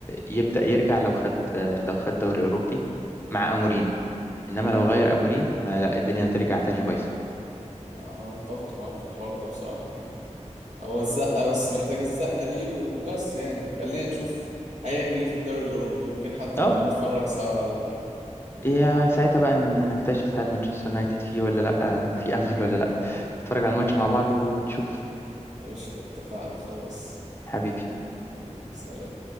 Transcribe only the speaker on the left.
يبدأ يرجع لو خد لو خد دوري اوروبي مع اموريم انما لو غير اموريم ما لا الدنيا هترجع تانية بايظة
اه
يا ساعتها بقى ن- نكتشف هل مانشستر يونايتد فيه ولا لا في امل ولا لا نتفرج على الماتش مع بعض ونشوف
حبيبي